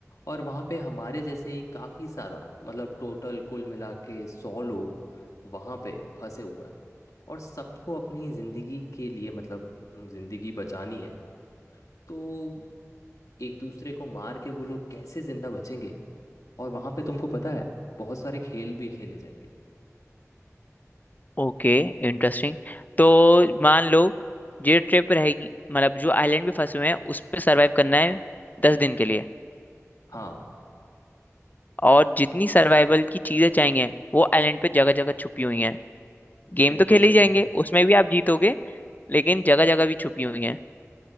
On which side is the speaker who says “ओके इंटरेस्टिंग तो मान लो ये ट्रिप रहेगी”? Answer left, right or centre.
Left